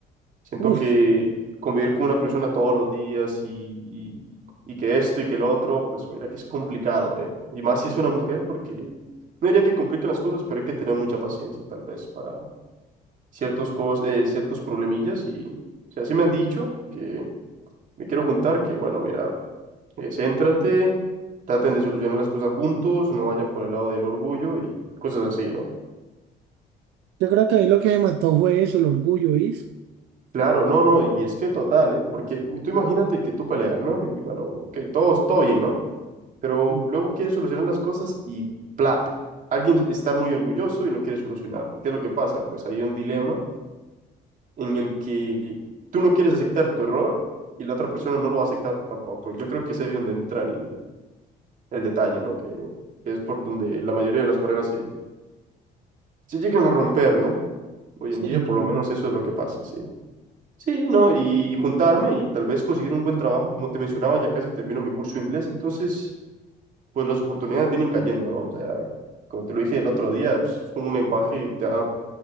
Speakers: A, on the right; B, on the right.
A: Siento
B: Uf,
A: que convivir con una persona todos los días y, y- y que esto y que el otro, pues mira que es complicado, ¿eh? Y más si es una mujer, porque no diría que complican las cosas, pero hay que tener mucha paciencia tal vez para ciertos cos- eh, ciertos problemillas. Y, o sea, sí me han dicho que me quiero juntar, que bueno, mira, eh, céntrate, traten de solucionar las cosas juntos, no vayan por el lado del orgullo y cosas así, ¿no?
B: yo creo que ahí lo que me mató fue eso, el orgullo, ¿viste?
A: Claro, no, no, y es que total, ¿eh? Porque tú imagínate que tú peleas, ¿no? Y bueno, ok, todos, todo bien, ¿no? pero
B: Sí,
A: luego quiere solucionar las cosas y plap, alguien está muy orgulloso y no quiere solucionar. ¿Y qué es lo que pasa? Pues hay un dilema en el que tú no quieres aceptar tu error y la otra persona no lo va a aceptar tampoco. Yo creo que es ahí donde entra el, el detalle, ¿no? Que, que es por donde la mayoría de las parejas se, se llegan a romper, ¿no? Hoy
B: sí,
A: en día, por
B: claro.
A: lo menos eso es lo que pasa, sí. Sí, ¿no? Y, y juntarme y tal vez conseguir un buen trabajo, como te mencionaba, ya casi termino mi curso de inglés, entonces... pues las oportunidades vienen cayendo, ¿no? O sea, como te lo dije el otro día, pues, es un lenguaje y te da